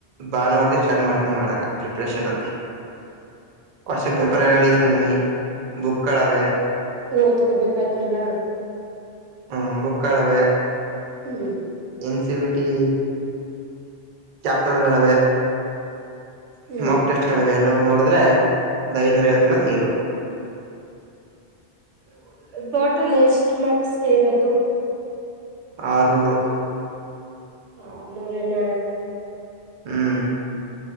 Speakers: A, on the right; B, on the right.
A: ಬಾ ನೋರ್ದಿ ಚಾರರ್ ಮಾಡ್ತನಿ ಮಾಡಾಕ ಪ್ರಿಪ್ರೇಷನ್ ಕ್ವಶ್ನ್ ಪೇಪರ್ಸ್ಕನವಿ ಬುಕ್ಗಳು ಅವೆ
B: ಓದ್ಕೊಬೇಕ ಆತಲ್ಲ
A: ಹ್ಮ ಬುಕ್ಕಳವೆೇ
B: ಹ್ಮ್
A: ಎನ್ಸಿಬಿಟಿ ಕ್ಯಾಪ್ಟನಗಳವೆೇ
B: ಹ್ಮ್
A: ಮಕ್ ಟೆಸ್ಟ್ ಕಿವೆ ಎಲ್ಲ ನೋಡಿದ್ರೆ ಒಂದ್ ಐನೂರ ಐವತ್ತುಮಲ್
B: ಹ್ಮ್
A: ತೆಗಬೇಕು
B: ಟೋಟಲ್ ಎಷ್ಟ ಮಾರ್ಕ್ಸ್ಗೆ ಇರದು
A: ಆರನೂರು
B: ಅ ನೂರುನ್ನ
A: ಹ್ಮ್